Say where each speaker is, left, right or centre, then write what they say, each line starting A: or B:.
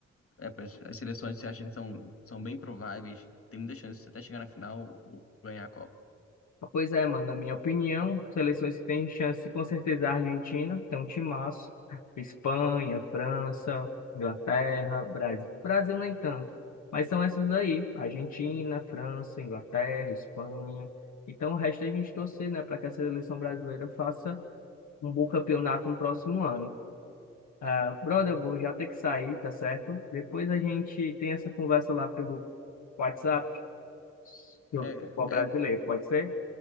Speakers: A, on the left (about 50°); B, on the left (about 75°).
A: é, pois, as seleções que você acha que são, são bem prováveis, tem muita chance de você até chegar na final ou ganhar a Copa.
B: Ah, Pois é, mano, na minha opinião, seleções que têm chance, com certeza é a Argentina, tem um timaço. Espanha, França, Inglaterra, Brasil. Brasil nem tanto, mas são essas daí. Argentina, França, Inglaterra, Espanha. Então o resto é a gente torcer, né, para que a seleção brasileira faça um bom campeonato no próximo ano. Ah, brother, eu vou já ter que sair, tá certo? Depois a gente tem essa conversa lá pelo WhatsApp sobre
A: É,
B: o futebol brasileiro,
A: é
B: pode ser?